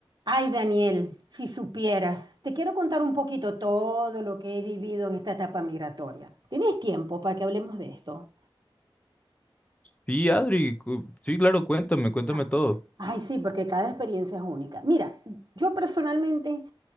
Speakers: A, on the right (about 50°); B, on the left (about 15°).
A: Ay, Daniel, si supiera, te quiero contar un poquito todo lo que he vivido en esta etapa migratoria. ¿Tienes tiempo para que hablemos de esto?
B: Sí, Adri, cu- sí, claro, cuéntame, cuéntame
A: Ah,
B: todo.
A: ay, sí, porque cada experiencia es única. Mira, yo personalmente